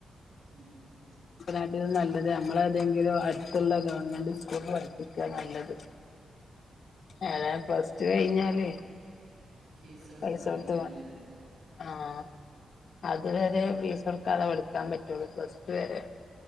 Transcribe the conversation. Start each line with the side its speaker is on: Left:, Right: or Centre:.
Right: ഉം ഉം
Left: അത് നല്ലത് നമ്മളെഏതെങ്കിലും അടുത്തുള്ള ഗവൺമെന്റ് സ്കൂള പഠിപ്പിക്ക നല്ലത് ഏതയാലും പ്ലസ് ടു കഴിഞ്ഞാല്
Right: ഫീസ് കൊടുത്ത്
Left: പൈസ
Right: പഠിക്കേണ്ടി
Left: കൊടുത്ത വേണം
Right: വരും
Left: ആഹ് അത്വരെ ഫീസ് കൊടുക്കാതെ പഠിക്കാൻ പറ്റുള്ളൂ പ്ലസ്റ് റ്റുവരെ